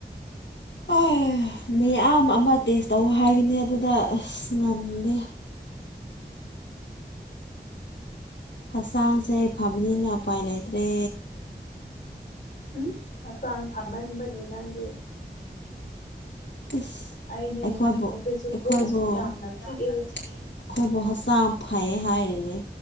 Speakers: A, on the left; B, on the left.
A: ꯍꯣꯏ ꯃꯌꯥꯝ ꯑꯃ ꯇꯦꯁ ꯇꯧ ꯍꯥꯏꯒꯅꯤ ꯑꯗꯨꯗ ꯑꯁ ꯉꯝꯗꯦ ꯍꯛꯆꯥꯡꯁꯦ ꯐꯕꯅꯤꯅ ꯎꯄꯥꯏ ꯂꯩꯇ꯭ꯔꯦ
B: ꯍꯨꯝ ꯍꯛꯆꯥꯡ ꯐꯃꯟꯕꯒꯤ ꯅꯪꯗꯤ
A: ꯑꯁ
B: ꯑꯩꯅꯦ
A: ꯑꯩꯈꯣꯏꯕꯨ
B: ꯍꯧꯖꯤꯛꯁꯨ
A: ꯑꯩꯈꯣꯏꯕꯨ
B: ꯀꯣꯛ
A: ꯑꯩꯈꯣꯏꯕꯨ
B: ꯌꯥꯝꯅ ꯆꯤꯛꯑꯦ
A: ꯍꯛꯆꯥꯡ ꯐꯩ ꯍꯥꯏꯔꯤꯅꯦ